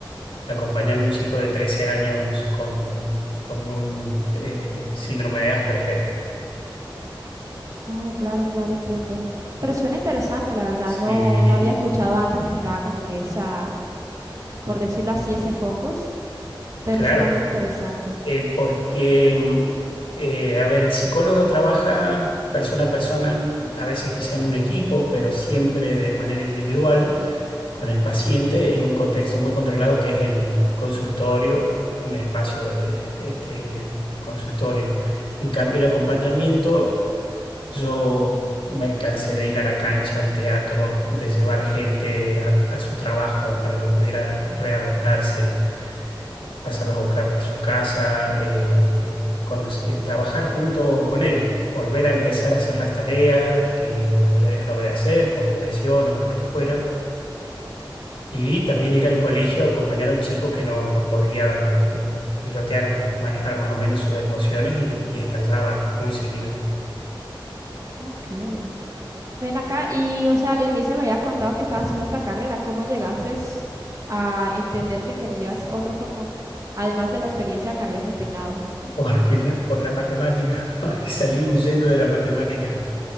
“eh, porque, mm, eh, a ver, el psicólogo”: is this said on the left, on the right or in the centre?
Left